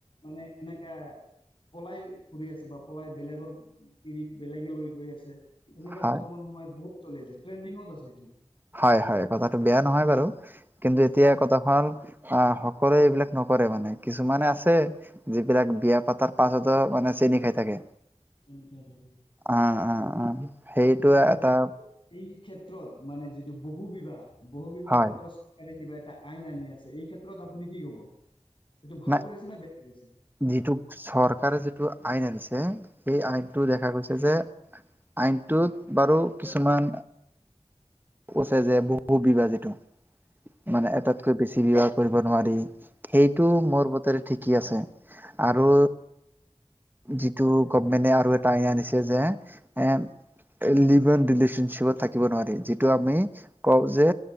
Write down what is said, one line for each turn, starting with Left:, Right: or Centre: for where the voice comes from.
Left: মানে এনেকা পলাই ফুৰি আছে বা পলাই বেলেগৰ তিৰিক বেলেগে লৈ গৈ আছে যে এনেকে
Right: হয়,
Left: বৰ্তমান সময়ত বহুত চলি আছে ট্ৰেণ্ডিংত আছে এইটো।
Right: হয়-হয় কথাটো বেয়া নহয় বাৰু কিন্তু
Left: হয়
Right: এতিয়া কথা হ'ল অ কৰে এইবিলাক নকৰে মানে কিছুমানে আছে যিবিলাক বিয়া পাতাৰ পাছত মানে চেনি খাই থাকে।
Left: <unintelligible>
Right: আহ, আহ, আহ, সেইটো
Left: ত'দেখাত
Right: এটা
Left: এই ক্ষেত ক্ষেত্ৰত মানে যিটো বহু বিবাহ- বহু বিবাহ
Right: হয়,
Left: ক্ষেত্ৰত চৰকাৰে কিবা এটা আইন আনি আছে এই ক্ষেত্ৰত আপুনি কি ক'ব? এইটো ভাল
Right: নাই
Left: কৰিছে নে বেয়া কৰিছে
Right: যিটো চৰকাৰে যিটো আইন আনিছে সেই আইনটো
Left: উম,
Right: দেখা গৈছে যে আইনটোত বাৰু কিছুমান কৈছে যে বহু বিবাহ যিটো
Left: হয়
Right: মানে এটাতকৈ বেছি বিবাহ কৰিব নোৱাৰি। সেইটো
Left: হয়
Right: মোৰ বোতেৰে ঠিকেই আছে আৰু
Left: উম
Right: যিটো গভমেণ্টে আৰু এটা আইন আনিছে যে এ লিভ ইন ৰিলেশ্বনশ্বিপত থাকিব নোৱাৰি যিটো আমি কওঁ যে